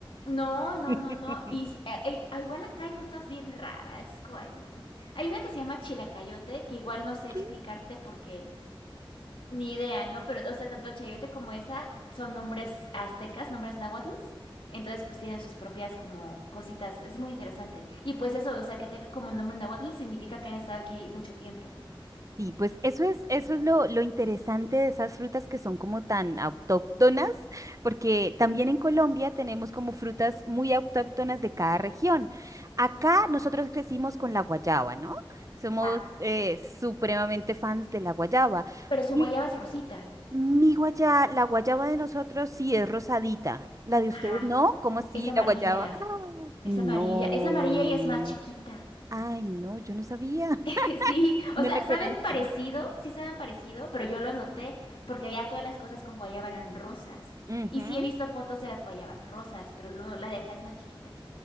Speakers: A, on the left (about 70°); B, on the right (about 35°).
A: No, no,
B: <laughs>
A: no, no. Y si- eh, eh, ah, igual acá hay frutas bien raras. Es como, ay, no. Hay una que se llama chilacayote, que igual no sé
B: ¿Qué?
A: explicarte porque ni idea, ¿no? Pero, o sea, tanto el chayote como esa son nombres aztecas, nombres náhuatl. Entonces, pues tienen sus propias como cositas. Es muy interesante. Y pues eso, o sea, que tenga como nombre náhuatl significa que han estado aquí mucho tiempo.
B: y pues eso es, eso es lo, lo interesante de esas frutas que son como tan autóctonas, porque también en Colombia tenemos como frutas muy autóctonas de cada región. Acá nosotros crecimos con la guayaba, ¿no? Somos
A: Ajá.
B: eh, supremamente fans de la guayaba.
A: Pero su
B: Y
A: guayaba es rosita.
B: mi guayaba, la guayaba de nosotros sí es rosadita. La de ustedes
A: Ajá.
B: no, ¿cómo así
A: Es amarilla,
B: la guayaba? ¡Ah! No.
A: es amarilla, es amarilla y es más chiquita.
B: Ay, no, yo no sabía.
A: <laughs>
B: <laughs>
A: Sí, o
B: No
A: sea,
B: la
A: saben
B: conozco.
A: parecido, sí saben parecido, pero yo lo anoté porque allá todas las cosas con guayaba eran rosas.
B: Ujú.
A: Y sí he visto fotos de las guayabas rosas, pero lo- la de acá es más chiquita.